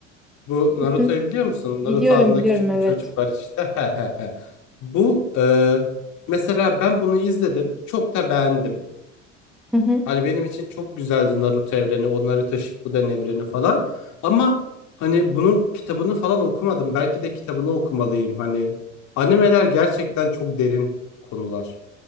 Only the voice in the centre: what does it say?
Hı.
Biliyorum
biliyorum
evet.
Hı hı.